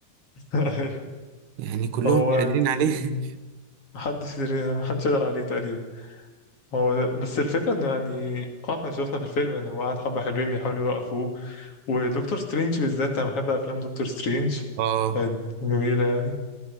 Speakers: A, on the left; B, on the right.
A: <laughs> ايوه
B: يعني كلهم
A: هو
B: مش قادرين
A: يعني
B: عليه
A: محدش يدري- محدش يقدر عليه تقريبا هو بس الفكرة انه يعني اه احنا شفنا في الفيلم يعني هو قعد حبة حلوين بيحاولوا يوقفوه ودكتور سترينج بالذات انا بحب افلام دكتور سترينج
B: <laughs> اه
A: كانت جميلة يعني